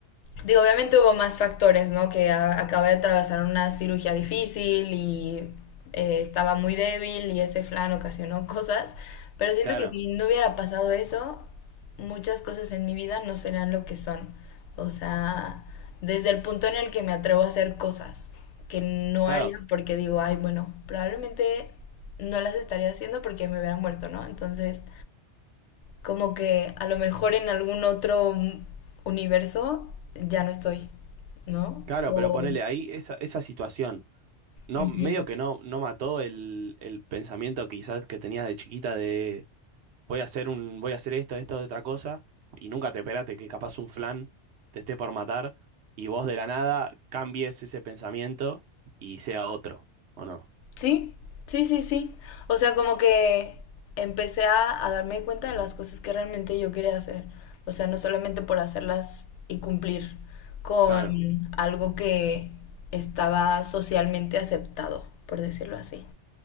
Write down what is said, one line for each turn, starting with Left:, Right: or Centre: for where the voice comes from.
Left: digo, obviamente hubo más factores, ¿no? Que a- acaba de atravesar una cirugía difícil y eh, estaba muy débil y ese flan ocasionó cosas. Pero siento
Right: <laughs> claro,
Left: que si no hubiera pasado eso, muchas cosas en mi vida no serían lo que son. O sea, desde el punto en el que me atrevo a hacer cosas que no
Right: claro.
Left: haría porque digo, ay, bueno, probablemente no las estaría haciendo porque me hubiera muerto, ¿no? Entonces, como que a lo mejor en algún otro universo ya no estoy, ¿no?
Right: Claro,
Left: O...
Right: pero ponele ahí esa, esa situación. No,
Left: Ujú.
Right: medio que no, no mató el, el pensamiento quizás que tenías de chiquita de voy a hacer un, voy a hacer esto, esto, otra cosa, y nunca te esperaste que capaz un flan te esté por matar y vos de la nada cambies ese pensamiento y sea otro, ¿o no?
Left: Sí, sí, sí, sí. O sea, como que empecé a, a darme cuenta de las cosas que realmente yo quería hacer. O sea, no solamente por hacerlas y cumplir con
Right: Claro,
Left: algo que estaba socialmente aceptado, por decirlo así.